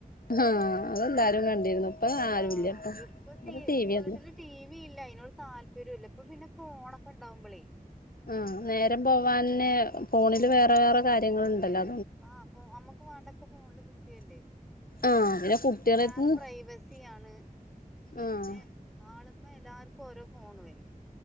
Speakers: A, on the left; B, in the centre.
A: ആഹ അതെല്ലാരും കണ്ടിരുന്നു ഇപ്പൊ ആരുല്ല
B: ആ ഇപ്പൊ
A: ഇവിടെ
B: വീട്ടില്
A: ടി വി ഒന്നും
B: ടി വി ഇല്ല അതിനൊട് താല്പര്യം ഇല്ല ഇപ്പൊ പിന്നെ ഫോണൊക്കെ ഉണ്ടാകുമ്പോളേ
A: ആ നേരം പോവാന് ഫോണില് വേറെ വേറെ കാര്യങ്ങൾ ഉണ്ടല്ലോ
B: ആ അപ്പൊ നമ്മുക്ക് വേണ്ടൊക്കെ ഫോണില് കിട്ടില്ലേ
A: ആഹ് പിന്നെ
B: ടി
A: കുട്ടികളെടുത്ത്ന്ന്
B: വി ലേറെ പ്രൈവസ ആണ് പിന്നെ
A: ആഹ്
B: ആള് അമ്മ എല്ലാർക്കും ഓരോ ഫോണും അല്ലേ